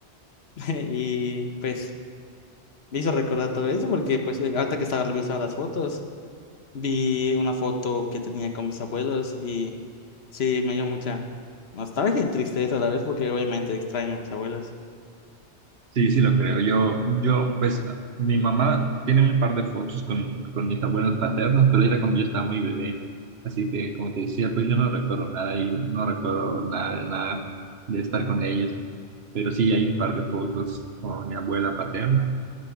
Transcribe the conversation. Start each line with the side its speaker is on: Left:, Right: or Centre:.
Left: <laughs> y pues... Me hizo recordar todo eso porque pues eh, ahorita que estaba revisando las fotos, vi una foto que tenía con mis abuelos y sí, me dio mucha nostalgia y tristeza a la vez porque obviamente extraño a mis abuelos.
Right: Sí, sí, lo creo. Yo, yo, pues mi mamá tiene un par de fotos con, con mis abuelos paternos, pero era cuando yo estaba muy bebé. Así que, como te decía, pues yo no recuerdo nada y no recuerdo nada, de nada de estar con ellos. Pero sí hay un par de fotos con mi abuela paterna